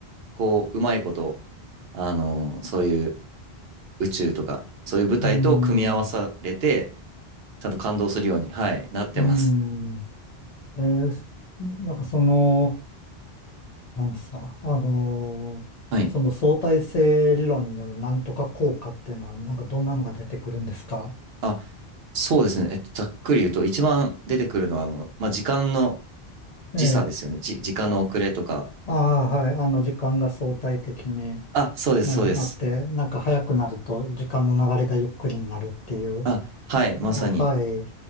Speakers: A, on the right (about 75°); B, on the left (about 45°).
A: こう、うまいこと、あのーそういう宇宙とか、そういう舞台と組み合わされて、
B: うん
A: ちゃんと感動するように、はい、なってます。
B: うん。えーすなんかその、なんですか、あのーその相対性理論によるなんとか効果っていうのは、
A: はい。
B: なんかどんなのが出てくるんですか
A: あ、そうですね。えっと、ざっくり言うと、一番出てくるのは、あの、まあ、時間の
B: ええ。
A: 時差ですよね。じ、時間の遅れとか。
B: ああ、はい。あの、時間が相対的に、
A: あ、そうです、
B: ね、
A: そうです。
B: あって、なんか早くなると時間の流れがゆっくりになるっていう。
A: あ、はい、まさに。
B: あ、はい。